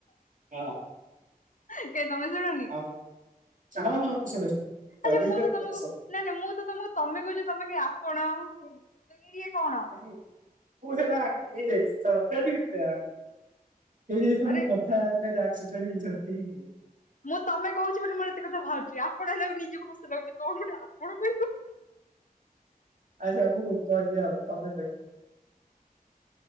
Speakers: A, on the right (about 60°); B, on the left (about 55°).
A: ଆହ।
B: କେ କଣପାଇଁ ଶୁଣ ନି?
A: ଆଉ ସେମାନେ ନୁହେଁ ମୁଁ ଶୁଣେ ଶୁଣେ। ତନ୍ମୟଙ୍କର
B: ଆଛା ମୁଁ ତ ତମକୁ
A: ସବୁ
B: ନାଇଁ ନାଇଁ ମୁଁ ତ ତମକୁ ତମେ କହୁଚି ତମେ କି ଆପଣ ଇଏ କଣ।
A: ହୁଁ ମୁଁ ସେଇଟା ହେଇ ଯାଇଚି ତ ସେଟା ଟିକେ ହେଇ ଯାଇଚି ତ
B: ଆରେ
A: ମୁଁ କଥା ହେଲେ ଯାହା କିଛି ଦେବି ସେତିକି ହିଁ ନିଏ।
B: ମୁଁ ତମେ କହୁଚି ବୋଲି ମୋର ଏତେ କଥା ଭାଆରୁଚି ଆପଣ ହେଲ ନିଜିକୁ ହସ ଲାଗୁଚି କଣ ଟେ ଆପଣଙ୍କୁ।
A: ଆଚ୍ଛା ମୁଁ କହିବି ଆଉ ତମେ କହିବି ଆଉ।